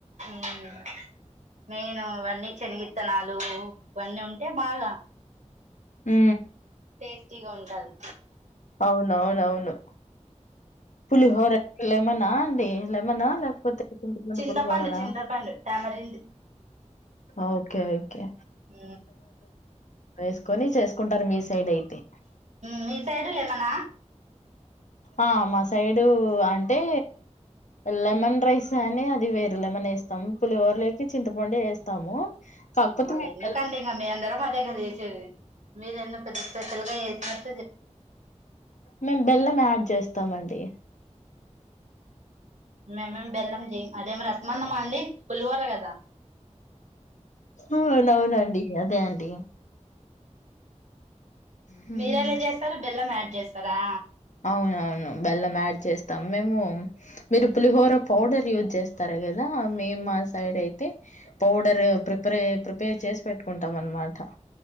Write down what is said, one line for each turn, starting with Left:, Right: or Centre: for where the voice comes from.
Right: మ్ మెయిను ఇవన్నీ చెనిగిత్తనాలు, లు ఇవన్నీ ఉంటే బాగా,
Left: మ్
Right: టేస్టీగా ఉంటాది.
Left: ఉన్ అవునవును. పులిహోర లెమనా అండి లేమనా లేకపోతే <unintelligible>
Right: చింతపండు
Left: పులిహోరనా?
Right: చింతపండు టామరిండ్
Left: ఓకె ఓకె
Right: మ్
Left: వేసుకొని చేసుకుంటారు మీ సైడ్ అయితే
Right: మీ సైడు లెమన
Left: ఆ మా సైడు అంటే లెమన్ రైస్ అని అది వేరు లెమన్ వేస్తాము పులిహోరలో అయితే చింతపండు వేస్తాము కాకపోతే
Right: మళ్ళ
Left: మేము
Right: ఎందుకండీ
Left: బెల్లం
Right: ఇగ మీ అందరం అదే కదా మీరేన్న పెద్ద స్పెషల్గా చేసినట్
Left: మేం బెల్లం యాడ్ చేస్తామండి
Right: లెమన్ బెల్లం జయ్యాం అదే రసమన్నమా అండి పులివోర కదా
Left: అవునవునండి అదే అండి హ్మ్.
Right: మీరేలా చేస్తారు బెల్లం యాడ్ చేస్తారా
Left: అవునవును బెల్లం యాడ్ చేస్తాం మేము మీరు పులిహోర పౌడర్ చేస్తారు కదా మేము మా సైడ్ అయితే పౌడర్ ప్రిపరె ప్రిపేర్ చేసి పెట్టుకుంటాం అన్నమాట